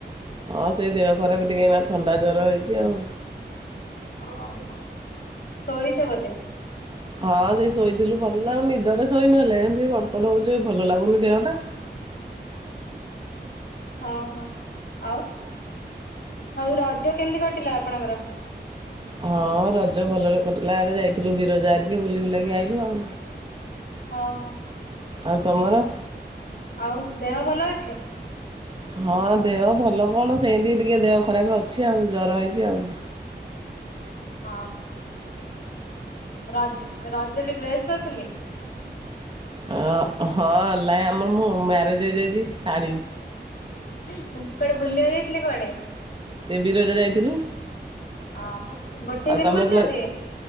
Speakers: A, on the right; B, on the left.
A: ହଁ ସେଇ ଦେହ ଖରାପ ଟିକେ ଏଇନା ଥଣ୍ଡା ଜ୍ଵର ହେଇଛି ଆଉ।
B: <unintelligible> ଶୋଇଛ ବୋଧେ?
A: ହଁ ସେ ଶୋଇଥିଲୁ ଭଲ ଆଉ ନିଦରେ ଶୋଇନହ ହେଲେ ଏତି ଗଡ ତଡ ହଉଛି ଭଲ ଲାଗୁନି ଦେହଟା?
B: ହଁ ହଁ ଆଉ ହଉ ରଜ କେମିତି କଟିଲା ଆପଣଙ୍କର?
A: ହଁ ରଜ ଭଲରେ କଟିଲା ଆଡ଼େ ଯାଇଥିଲୁ ବିରଜ ହରିକି ବୁଲି ବୁଲିକି ଆଇଲୁ ଆଉ।
B: ହଁ ହଁ।
A: ଆଉ ତମର?
B: ଆଉ ଦେହ ଭଲ ଅଛି?
A: ହଁ ଦେହ ଭଲ କଣ ସେମତି ଟିକେ ଦେହ ଖରାପ ଅଛି ଆଉ ଜର ହେଇଛି ଆଉ।
B: ହଁ ହଁ। ରଜ ରଜରେ ଡ୍ରେସ୍ କରିଥିଲେ?
A: ହଁ ହେଲାହି ଆମର ମୁଁ ମ୍ୟାରେଜ୍ ହେଇଯାଇଛି ଶାଢ଼ୀ।
B: କୁଆଡେ ବୁଲିବାକୁ ଯାଇଥଲେ କୁଆଡେ?
A: ସେ ବିରଜା ଯାଇଥିଲୁ।
B: <inaudible> ହଁ ଗୋଟିଏ
A: ଆଉ
B: ଦିନ
A: ତମେ
B: ବୁଲିଛନ୍ତି?
A: କୁଆଡେ,